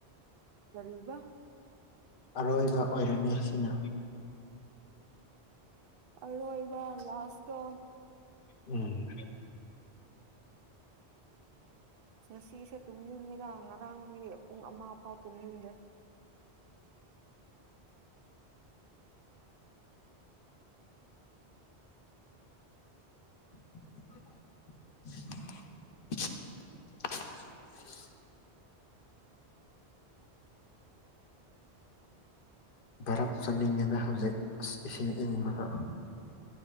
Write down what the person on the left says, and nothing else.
ꯑꯔꯣꯏꯕ ꯑꯣꯏꯔꯝꯅꯤ ꯑꯁꯤꯅ
ꯎꯝ
<inaudible> <inaudible> ꯚꯥꯔꯠ ꯆꯠꯅꯤꯡꯉꯦꯗ ꯍꯧꯖꯤꯛ ꯑꯁ ꯏꯁꯤꯡ ꯏꯪꯅꯤꯡꯕꯒ